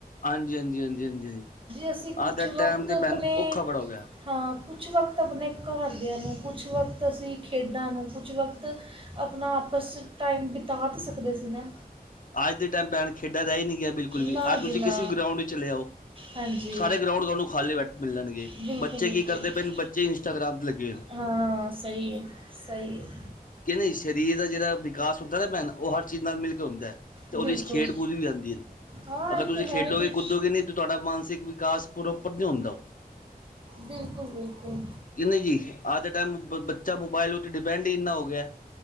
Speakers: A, on the left (about 60°); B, on the right (about 35°).
A: ਹਾਂਜੀ-ਹਾਂਜੀ- ਹਾਂਜੀ- ਹਾਂਜੀ ਹਾਂ
B: ਅਸੀਂ ਕੁਛ
A: ਅੱਜ ਦਾ
B: ਵਕਤ
A: ਟਾਈਮ 'ਤੇ
B: ਆਪਣੇ
A: ਭੈਣੂੰ ਔਖਾ ਬੜ ਹੋ ਗਿਆ।
B: ਹਾਂ, ਕੁਝ ਵਕਤ ਆਪਣੇ ਘਰਦਿਆਂ ਨੂੰ ਕੁਝ ਵਕਤ ਅਸੀਂ ਖੇਡਾਂ ਨੂੰ ਕੁਝ ਵਕਤ ਆਪਣਾ ਆਪਸ 'ਚ ਟਾਈਮ ਬਿਤਾ ਤਾਂ ਸਕਦੇ ਸੀ ਨਾ।
A: ਅੱਜ ਦੇ ਟਾਈਮ ਭੈਣ ਖੇਡਾਂ ਰਹਿ ਹੀ ਨੀ ਗਿਆ ਬਿਲਕੁਲ ਵੀ
B: ਨਾ
A: ਆੱਜ
B: ਜੀ
A: ਤੁਸੀਂ
B: ਨਾ
A: ਕਿਸੇ ਵੀ ਗਰਾਊਂਡ ਵਿੱਚ ਚ ਲਿਆਓ
B: ਹਾਂਜੀ
A: ਸਾਰੇ ਗਰਾਊਂਡ ਤੁਹਾਨੂੰ ਖਾਲੇ ਬੈ ਮਿਲਣਗੇ
B: ਬਿਲਕੁਲ
A: ਬੱਚੇ
B: ਬਿਲਕੁਲ
A: ਕੀ ਕਰਦੇ ਪਏ ਨੇ ਬੱਚੇ ਇੰਸਟਾਗ੍ਰਾਮ 'ਤੇ ਲੱਗੇ ਹੋਣ
B: ਹਾਂ, ਸਹੀ ਹੈ ਸਹੀ ਹੈ।
A: ਕਹਿੰਦੇ ਸਰੀਰ ਦਾ ਜਿਹੜਾ ਵਿਕਾਸ ਹੁੰਦਾ ਨਾ ਭੈਣ ਉਹ ਹਰ ਚੀਜ਼ ਨਾਲ ਮਿਲ ਕੇ ਹੁੰਦਾ ਹੈ। ਤੇ
B: ਬਿਲਕੁਲ
A: ਉਹਦੇ 'ਚ ਖੇਡ ਕੂਦ ਵੀ ਆਉਦੀ ਹੈ।
B: ਹਾਂ
A: ਅਗਰ
B: ਇਹ
A: ਤੁਸੀਂ
B: ਤਾਂ
A: ਖੇਡੋਗੇ
B: ਹੈ ਹੀ ਹੈ
A: ਕੁਦੋਗੇ ਨਹੀਂ ਤਾਂ ਤੁਹਾਡਾ ਮਾਨਸਿਕ ਵਿਕਾਸ ਪ੍ਰੋਪਰ ਨੂੰ ਹੁੰਦਾ।
B: ਬਿਲਕੁਲ- ਬਿਲਕੁਲ।
A: ਕਿਹਿੰ ਜੀ ਅੱਜ ਦਾ ਟਮ ਬੱਚਾ ਮੋਬਾਇਲ ਉੱਤੇ ਡਿਪੈਂਡ ਹੀ ਇੰਨਾ ਹੋ ਗਿਆ।